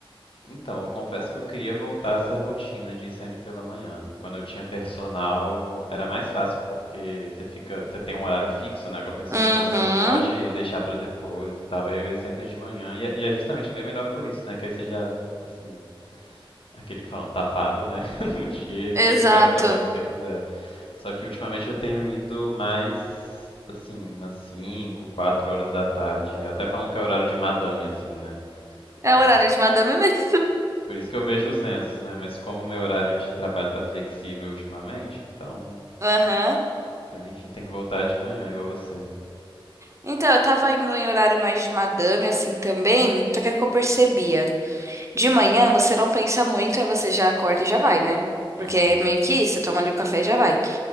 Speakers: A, on the left; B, on the right.
A: então, eu confesso que eu queria voltar a essa rotina de ir sempre pela manhã. Quando eu tinha personal, era mais fácil porque você fica, você tem um horário fixo, né, com a pessoa,
B: Uhum,
A: então você não pode deixar pra depois e tal. Eu ia sempre de manhã e é, e é justamente bem melhor por isso, né, que aí você já, assim, Aquele que falam, tá pago, né? <laughs> No dia, e você
B: exato.
A: pode fazer o que você quiser. Só que ultimamente eu tenho ido mais, assim, umas 5 4 horas da tarde. Até falam que é horário de madame, assim, né?
B: É
A: Mas
B: o horário de madame <laughs> mesmo.
A: por isso que eu vejo os Enzos, né? Mas como o meu horário de trabalho tá flexível ultimamente, então.
B: Aham.
A: Mas enfim, tem que voltar de manhã, igual você.
B: Então, eu tava indo em horário mais de madame, assim, também, só que é o que eu percebia? De manhã você não pensa muito, aí você já acorda e já vai, né? Porque
A: Uhum,
B: é meio que isso, você toma ali o café e já vai.